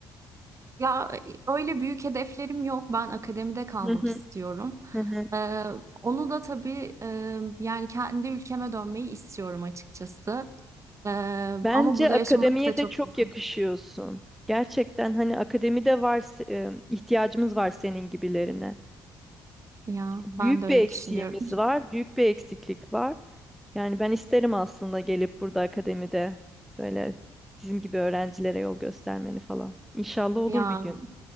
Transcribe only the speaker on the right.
Ya öyle büyük hedeflerim yok. Ben akademide kalmak
istiyorum.
Ee, onu da tabii e, yani kendi ülkeme dönmeyi istiyorum açıkçası. Ee,
ama burada
yaşamak da çok
güzel.
Ya
ben de öyle
düşünüyorum.
Ya